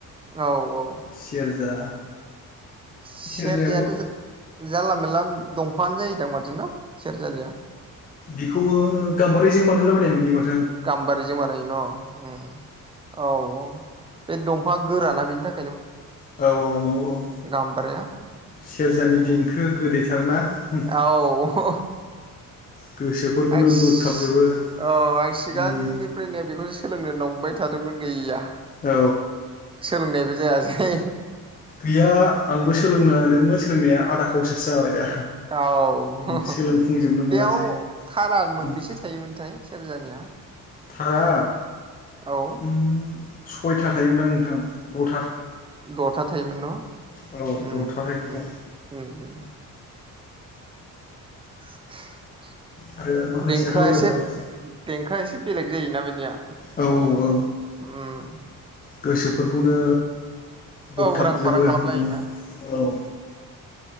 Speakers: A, on the right; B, on the left.
A: औ औ
B: सेरजा
A: सेरजायाथ'
B: सेरजायाबोथ'
A: जानला मेनला दं फाङानो जायोदां माथो ना सेरजानिया?
B: बिखौ गाम्बारिजों बानायलाबायनाय नुयोमोन
A: गाम्बारिजों बानायो न' औ औ बे दंफाङा गोराना बेनि थाखा
B: औ औ औ औ
A: गाम्बारिया
B: सेरजानि
A: उम
B: देंखो गोदैथारना उम
A: औ हो हो
B: गोसोफोरखौनो
A: आं सि
B: बोगथाबजोबो
A: आं सिगांनिफ्रायनो
B: उम
A: बेखौसो सोलोंनो नं बाय थादोंमोन गैया
B: औ
A: सोलोंनायबो जायासै।
B: गैया आंबो सोलोंनो नागिरदोंमोन सोलोंनाया आधा कावसासो जाबाय। दा
A: औ
B: उम सोलोंफुंजोबनो मोनासै
A: बेयाव थारा मोनबेसे
B: उम
A: थायोमोनथाय सेरजानिया?
B: थारा
A: औ
B: ओम सयथा थायोमोन दां नोंथां दथा
A: दथा थायोमोन न
B: औ दथा
A: उम
B: थायोमोन
A: उम
B: औ
A: उम उम <inaudible>
B: आरो माखासेयाथ'
A: देंखोआ
B: ओरै
A: एसे
B: थाबाय
A: देंखोआ एसे बेलेग जायोना बेनिया?
B: औ औ औ
A: ओम
B: गोसोफोरखौनो बोगथाबजोबो
A: उरां फारां खालामलायोना
B: ओम औ